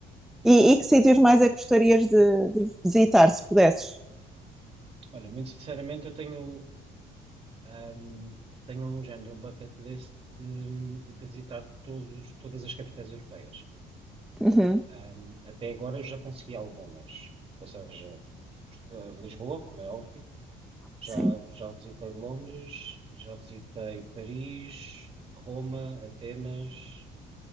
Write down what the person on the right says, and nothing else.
Olha, muito sinceramente, eu tenho, ahm, tenho um género, um bucket list de, de visitar todos, todas as capitais europeias.
Ahm, até agora eu já consegui algumas, ou seja, ah, Lisboa, como é óbvio Já,
já visitei Londres, já visitei Paris, Roma, Atenas,